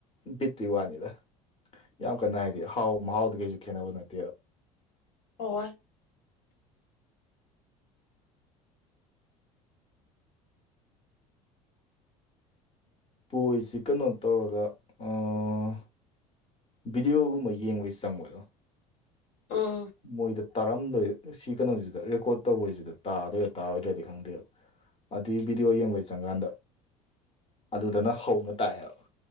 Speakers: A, on the left; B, on the left.
A: ꯕꯤꯠꯇꯨꯏ ꯋꯥꯅꯤꯗ꯫ ꯌꯥꯝ ꯀꯟꯅ ꯍꯥꯏꯗꯤ ꯍꯥꯎ ꯃꯍꯥꯎꯗꯨ ꯀꯩꯁꯨ ꯈꯦꯠꯅꯕ ꯅꯠꯇꯦꯕ꯫
B: ꯍꯣꯏ <unintelligible>
A: ꯕꯣꯏꯁꯁꯤ ꯀꯩꯅꯣ ꯇꯧꯔꯒ ꯑꯥ꯫ ꯕꯤꯗꯤꯑꯣꯒꯨꯝꯕ ꯌꯦꯡꯕꯩ ꯆꯪꯕꯗꯣ꯫
B: ꯎꯝ꯫
A: ꯃꯣꯏꯗ ꯇꯥꯔꯝꯗꯣꯏ ꯁꯤ ꯀꯩꯅꯣꯁꯤꯗ ꯔꯦꯀꯣꯔꯠ ꯇꯧꯕꯁꯤꯗ ꯇꯥꯗꯣꯏꯔꯥ ꯇꯥꯔꯣꯏꯗ꯭ꯔꯗꯤ ꯈꯪꯗꯦꯕ꯫ ꯑꯗꯨꯒꯤ ꯚꯤꯗꯤꯑꯣ ꯌꯦꯡꯕꯩ ꯆꯪꯀꯥꯟꯗ ꯑꯗꯨꯗꯅ ꯍꯧꯅ ꯇꯥꯏꯌꯦ ꯍꯥꯏꯕ꯫